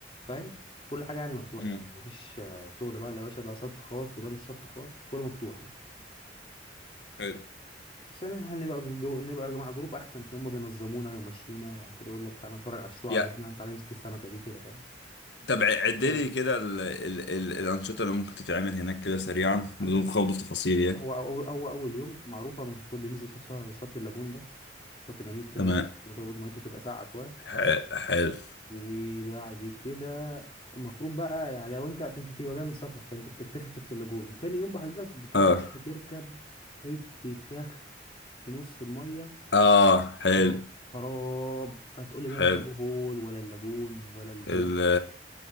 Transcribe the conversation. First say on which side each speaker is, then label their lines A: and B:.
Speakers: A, on the left (about 30°); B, on the left (about 70°).
A: فاهم كل حاجه يعني مفتوحه
B: امم
A: يعني مفيش آه، شغل بقى لا يا باشا ده شط خاص وده مش شط خاص كله مفتوح
B: حلو
A: بس يعني احنا نبقى جو... نبقى مع جروب احسن عشان هم بينظمونا ويمشونا وبعد كده يقول لك تعالى نتفرج على الشعب
B: يا
A: هنا تعالى نمسك السمكه دي كده فاهم
B: طب عد
A: تبقى حلوه
B: لي
A: يعني
B: كده ال... ال... ال... الأنشطة اللي ممكن تتعمل هناك كده سريعا
A: عندك
B: بدون خوض في تفاصيل يعني
A: هو اول هو اول يوم معروفه بنكون بننزل شط شط اللاجون ده شط جميل كده
B: تمام
A: ميه- ميته بتبقى ساقعه شويه
B: ح- حلو
A: وبعد كده المفروض بقى يعني لو انت اصل انت بتبقى جاي من سفر فانت بتكتشف شط اللاجون تاني يوم بحضرتك بتروح
B: اه
A: تركب حتة يخت في نص المية
B: اه حلو
A: خراب خراب هتقولي بقى
B: حلو
A: البلو هول ولا اللاجون ولا البو
B: ال